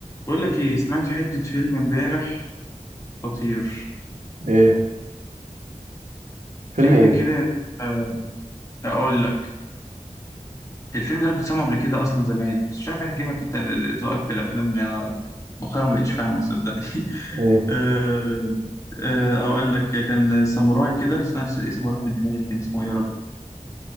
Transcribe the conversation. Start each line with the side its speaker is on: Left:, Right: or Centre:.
Left: بقول لك ايه سمعت حتة فيلم امبارح خطير
Right: ايه فيلم
Left: فيلم
Right: ايه
Left: كده آه، اقول لك الفيلم ده انا كنت سامعه قبل كده اصلا زمان بس مش عارف اعجبك انت ال- ذوقك في الافلام يعني انا مؤخرا ما بقتش فاهمك صدقني
Right: ايه
Left: <laughs> آه، آه، اقول لك كان ساموراي كده بس أنا اسمه راح من دماغي كان اسمه إيه يا ربي